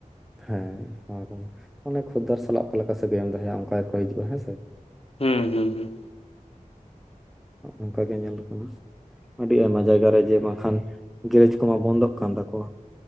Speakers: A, in the centre; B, on the left.
A: ᱦᱮᱸ ᱱᱚᱣᱟ ᱠᱚᱢᱟ, ᱢᱟᱱᱮ ᱠᱷᱩᱫᱽᱫᱟᱨ ᱥᱟᱞᱟᱜ ᱚᱠᱟ ᱞᱮᱠᱟ ᱥᱟᱹᱜᱟᱹᱭ ᱮᱢ ᱫᱚᱦᱚᱭᱟ ᱚᱱᱠᱟ ᱜᱮᱠᱚ ᱦᱤᱡᱩᱜ-ᱟ ᱦᱮᱸᱥᱮ᱾
B: ᱦᱩᱸ ᱦᱩᱸ ᱦᱩᱸ᱾
A: ᱚᱱᱠᱟ ᱜᱮ ᱧᱮᱞ ᱠᱟᱱᱟ, ᱟᱹᱰᱤ ᱟᱭᱢᱟ ᱡᱟᱭᱜᱟ ᱨᱮ ᱡᱮ ᱵᱟᱝᱠᱷᱟᱱ ᱜᱮᱨᱮᱡᱽ ᱠᱚᱢᱟ ᱵᱚᱱᱫᱚᱜ ᱠᱟᱱ ᱛᱟᱠᱚᱣᱟ᱾